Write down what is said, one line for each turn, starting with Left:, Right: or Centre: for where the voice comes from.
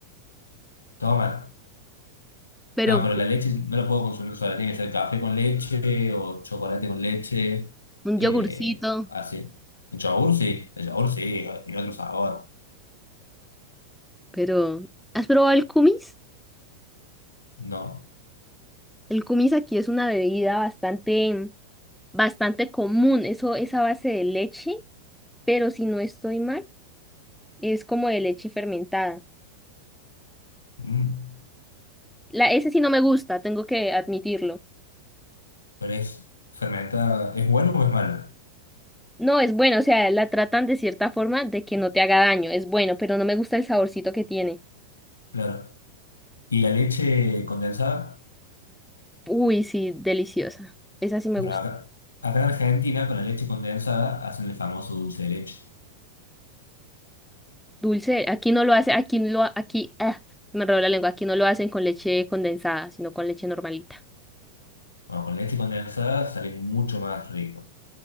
Left: Toma.
Centre: Pero
Left: No, pero la leche no la puedo consumir sola. Tiene que ser café con leche o chocolate con leche.
Centre: un
Left: eh,
Centre: yogurcito,
Left: así. El yogur sí. El yogur sí. Tiene otro sabor.
Centre: pero ¿has probado el kumis?
Left: No.
Centre: El kumis aquí es una bebida bastante, bastante común. Eso es a base de leche, pero si no estoy mal, es como de leche fermentada.
Left: Mm.
Centre: La, ese sí no me gusta, tengo que admitirlo.
Left: Pero es fermentada. ¿Es bueno o es malo?
Centre: No, es bueno, o sea, la tratan de cierta forma de que no te haga daño, es bueno, pero no me gusta el saborcito que tiene.
Left: Claro. ¿Y la leche condensada?
Centre: Uy, sí, deliciosa. Esa sí me
Left: Bueno,
Centre: gusta.
Left: acá, acá en Argentina con la leche condensada hacen el famoso dulce de leche.
Centre: Dulce, aquí no lo hace, aquí lo, aquí, ah, me enredó la lengua, aquí no lo hacen con leche condensada, sino con leche normalita.
Left: Bueno, con leche condensada sale mucho más rico.